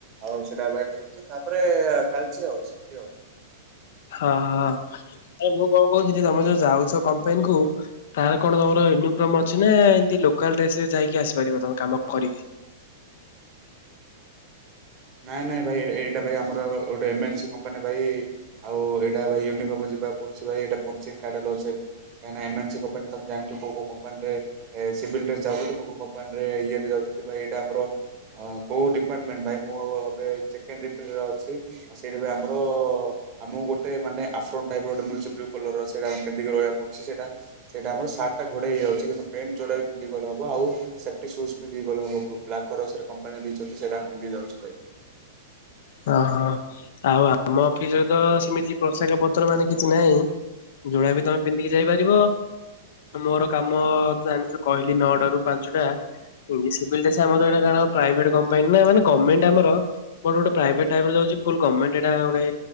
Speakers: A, on the right; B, on the left.
A: ହଉ ସେଟା ଭାଇ ଦେଖୁଛୁ ତାପରେ ଚାଲିଛି। ଆଉ ସେମିତି ଆଉ
B: ହଁ ହଁ ଆରେ ମୁଁ କ'ଣ କହୁଥିଲି? ତମେ ଯୋଉ ଯାଉଛ କମ୍ପାନୀ କୁ ତାର କ'ଣ ତମର ୟୁନିଫର୍ମ ଅଛି ନା ଏମିତି ଲୋକାଲ୍ ଡ୍ରେସରେ ଯାଇକି ଆସିପାରିବ ତମ କାମ କରିକି।
A: ନାଇଁ ନାଇଁ ଭାଇ ଏଇଟା ଭାଇ ଆମର ଗୋଟେ ଏମସି କମ୍ପାନୀ ଭାଇ। ଆଉ ଏଇଟା ଭାଇ ୟୁନିଫର୍ମ ଯିବା କୁ ପଡୁଛି ଭାଇ। ପ ପ ଏମେନ୍ସି କମ୍ପାନି ତ ଜଣିଛ। କୋଉ କୋଉ କମ୍ପାନୀରେ ଏ ସିଭିଲ୍ ଡ୍ରେସ୍ ଯାଉଛନ୍ତି। କମ୍ପାନୀରେ ଇଏରେ ଯାଉଛନ୍ତି। ଏଇଟା ଆମର କୋଉ ଡିପାର୍ଟମେଣ୍ଟ ଭାଇ ମୁଁ ଏ ଅଛି। ଆଉ ସେଇଟା ବି ଆମର ଆମ ଗୋଟେ ମାନେ ଆଫ୍ରନ ଟାଇଫ୍ରା ର ଗୋଟେ ମିଳଛି। ବ୍ଲୁ କଲର ର ସେଟ କେମିି ରହବାକୁ ପଡୁଛି ସେଇଟା ସେଇଟା ଆମ ସାର୍ଟା ଘୋଡେ଼ଇ ହେଇଯାଉଛି। କିନ୍ତ ପ୍ୟାଣ୍ଟ ଯୋଟା ପିନ୍ଧି ଗଲେବ ଆଉ ସେଫଟି ସୁଜ ଦେଇଗଲେବ ବ୍ କମ୍ପାନୀ ଦେଇଛନ୍ତି। ସେଇଟା ଆମେ ପିନ୍ଧିଲି ଯାଉଛି। ଭାଇ
B: ହଁ ହଁ ଆଉ ଆମ ଅଫିସ ରେ ତ ସେମିତି ପୋଷାକ ପତ୍ର ମାନେ କିଛି ନାହିଁ ଯୋଉଟା ବି ତମେ ପିନ୍ଧିକି ଯାଇପାରିବ। ମୋର କାମ ଜାଣିଛୁ କହିଲି ନଅଟ ରୁ ପାଞ୍ଚଟା <inaudible> ଆମର ଏଟ କଣଭଟ କମ୍ପାନୀ ନା ମାନେ ଗ୍ମେଣ୍ଟ କମ୍ପାନୀ ଆମ ମୋର ଗୋଟେ- ପ୍ରାଇଭେଟ ଟଣ୍ଟଟାଟେ